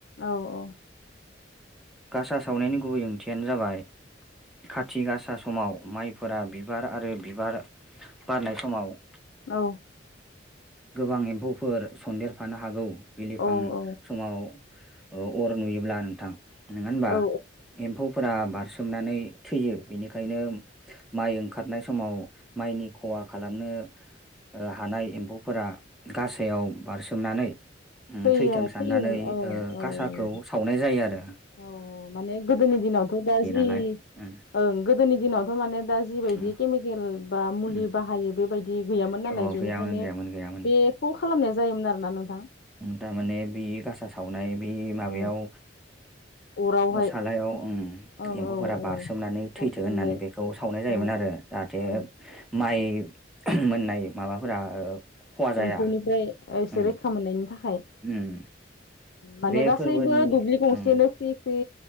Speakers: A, on the left; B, in the centre.
A: औ औ।
B: गासा सावनायनि गुबै ओंथियानो जाबाय
A: <inaudible>
B: खाथि गासा समाव माइफोरा बिबार आरो बिबार बारनाय समाव
A: औ।
B: गोबां एम्फौफोर सन्देरफानो हागौ बिलिफां
A: औ औ
B: समाव अर नुयोब्ला नोंथां नोंङा होनबा
A: औ
B: एम्फौफोरा बारसोमनानै थैयो बेनिखायनो माइ ओंखारनाय समाव माइनि खहा खालामनो हानाय एम्फौफोरा गासायाव बारसोमनानै उम
A: फैयो
B: थैथों साननानै
A: फैयोमोन औ
B: ओ
A: औ
B: गासाखौ सावनाय जायो आरो
A: औ माने गोदोनि दिनावथ' दा जि
B: लाय उम
A: ओं गोदोनि दिनावथ' माने दा जिबायदि
B: उम
A: केमिकेल बा मुलि
B: उम
A: बाहायो बेबाय बिदि गैयामोन नालाय
B: अ
A: बेनिखायनो
B: गैयामोन गैयामोन गैयामोन
A: बेखौ खालामनाया जायोमोन आरोना नों
B: थारमाने बे गासा सावनाय बे माबायाव
A: औ अरावहाय
B: असालायाव
A: ओं
B: एम्फौफोरा
A: औ औ
B: बारसोमनानै
A: बारसोमबाय
B: थैथो होननानै बेखौ सावनाय जायोमोन
A: ओं
B: आरो जाहाथे
A: ओं
B: माइ मोननाय माबाफोरा ओ खहा जाया
A: एम्फौनिफ्राय एसे
B: ओम
A: रैखा मोननायनि थाखाय
B: ओम
A: माने
B: बे
A: गासैबो
B: फोरबोनि
A: दुब्लि गंसेनो
B: ओं
A: ख्रि ख्रि